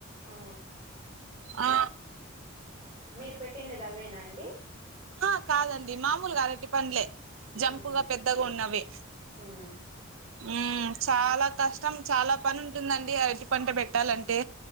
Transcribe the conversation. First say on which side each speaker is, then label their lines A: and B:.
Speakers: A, on the right; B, on the right.
A: ఆ
B: ఆ
A: మీరు పెట్టిండేది అవేనా అండి
B: హ కాదండి మామూలుగ అరటి పండ్లే జంపుగా
A: ఉహు
B: పెద్దగా ఉన్నవి
A: ఉమ్
B: మ్ చాలా కష్ట ష్టం చాలా పని ఉంటుందండి అరటి పంట పెట్టాలంటే